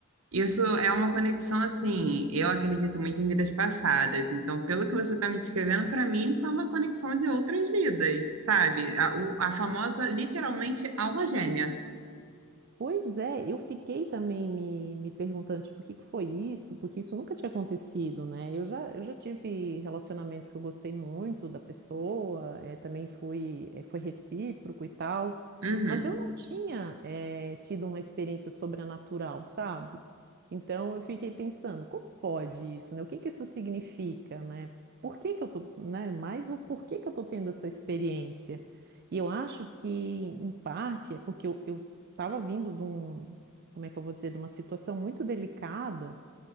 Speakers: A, on the right; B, on the right.
A: Isso é uma conexão assim. Eu acredito muito em vidas passadas. Então, pelo que você está me descrevendo, para mim, isso é uma conexão de outras vidas, sabe? A, o- a famosa, literalmente, alma gêmea.
B: Pois é, eu fiquei também me, me perguntando, tipo, o que que foi isso? Porque isso nunca tinha acontecido, né? Eu já, eu já tive relacionamentos que eu gostei muito da pessoa, eh, também fui, eh, foi recíproco e tal,
A: Uhum.
B: mas eu não tinha, eh, tido uma experiência sobrenatural, sabe? Então eu fiquei pensando, como pode isso, né? O que que isso significa, né? Por que que eu tô, né? Mais o porquê que eu tô tendo essa experiência? E eu acho que, em parte, é porque eu, eu tava vindo de um, como é que eu vou dizer, de uma situação muito delicada,